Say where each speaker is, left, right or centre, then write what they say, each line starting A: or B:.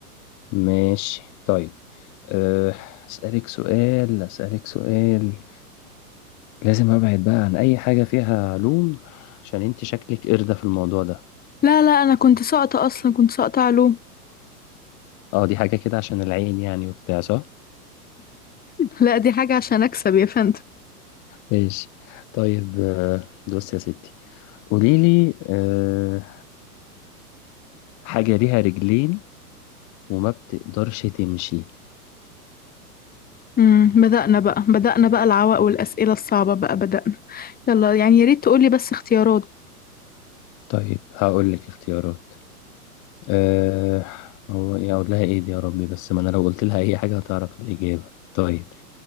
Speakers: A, on the left; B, on the left.
A: ماشي طيب أه، أسألك سؤال أسألك سؤال لازم أبعد بقى عن أي حاجة فيها علوم عشان أنت شكلك قردة في الموضوع ده
B: لا لا أنا كنت ساقطة أصلا كنت ساقطة علوم
A: أه دي حاجة كده عشان العين يعني وبتاع صح؟
B: لا دي حاجة عشان أكسب يا فندم
A: ماشي طيب أه، بصي يا ستي قوليلي أه، حاجة ليها رجلين وما بتقدرش تمشي
B: امم بدأنا بقى بدأنا بقى العوائق والأسئلة الصعبة بقى بدأنا يلا يعني يا ريت تقولي بس اختيارات
A: طيب هقولك اختيارات أه هو إيه اقول لها ايه دي يا ربي بس ما انا لو قلت لها اي حاجه هتعرف الاجابه طيب